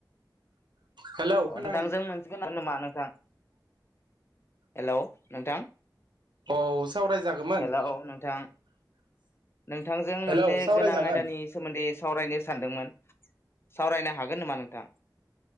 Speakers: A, on the right; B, on the left.
A: हेलौ
B: अ
A: खोनादों
B: नोंथांजों मोनसिगोन आरो नामा नोंथां हेलौ नोंथां
A: औ सावरायजागौमोन
B: हेलौ नोंथां नोंथांजों
A: हेलौ
B: मोनसे
A: सावरायजागोन
B: गोनां आयदानि सोमोन्दै सावरायनो सानदोंमोन सावरायनो हागोन नामा नोंथां?